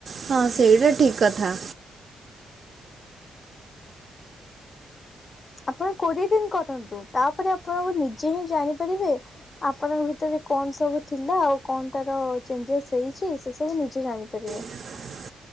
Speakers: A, on the right; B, on the left.
A: ହଁ ସେଇଟା ଠିକ୍ କଥା।
B: ଆପଣ କୋଡ଼ିଏ ଦିନ୍ କଥାନ୍ତୁ ତାପରେ ଆପଣଙ୍କୁ ନିଜେହିଁ ଜାଣିପାରିବେ ଆପଣଙ୍କ ଭିତରେ କଣ ସବୁ ଥିଲା ଆଉ କଣ ତାର ଚେଞ୍ଜେସ୍ ହେଇଚି ସେସବୁ ନିଜେ ଜାଣିପାରିବେ।
A: <inaudible>